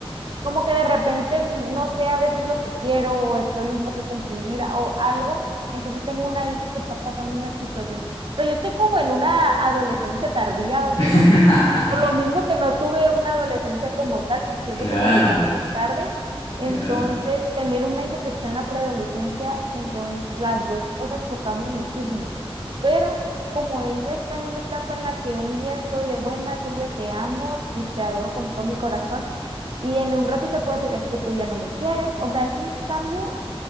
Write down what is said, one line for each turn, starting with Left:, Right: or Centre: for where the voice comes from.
Right: como que de repente mm, no sé a veces lo que quiero o estoy un poco confundida o algo. Entonces tengo una hija que está pasando una situación, o sea, yo estoy como en una adolescencia tardía ahorita
Left: <laughs>
Right: por lo mismo que no tuve una adolescencia como tal, siento
Left: Claro,
Right: que me llegó muy tarde. Entonces,
Left: claro,
Right: tener una hija que está en la preadolescencia, entonces las dos, o sea, chocamos muchísimo. Pero como ella está en una etapa en la que un día estoy de buenas, un día te amo y te adoro con todo mi corazón, y en un ratito puedes decir, es que tú ya no me quieres, o sea, es un cambio